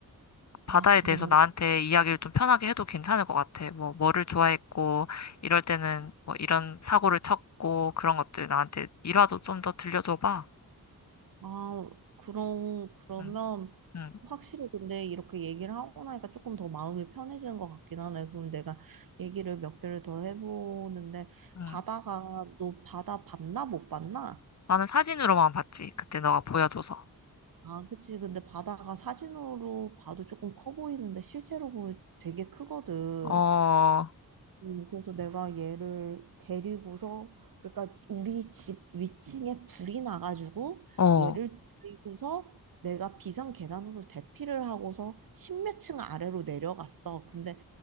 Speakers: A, on the left; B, on the right.
A: 바다에
B: 아, 그래.
A: 대해서 나한테 이야기를 좀 편하게 해도 괜찮을 것 같아. 뭐, 뭐를 좋아했고, 이럴 때는 뭐 이런 사고를 쳤고, 그런 것들 나한테 일화도 좀 더 들려줘봐.
B: 아, 그런, 그러면
A: 응, 응,
B: 확실히 근데 이렇게 얘기를 하고 나니까 조금 더 마음이 편해지는 것 같긴 하네. 그럼 내가 얘기를 몇 개를 더 해보는데,
A: 응.
B: 바다가, 너 바다 봤나? 못 봤나?
A: 나는 사진으로만 봤지. 그때 너가 보여줘서.
B: 아, 그치. 근데 바다가 사진으로 봐도 조금 커 보이는데, 실제로 보면 되게 크거든.
A: 어,
B: 음, 그래서 내가 얘를 데리고서 그러니까 우리 집 위층에 불이 나가지고
A: 어,
B: 얘를 데리고서 내가 비상 계단으로 대피를 하고서 십몇 층 아래로 내려갔어. 근데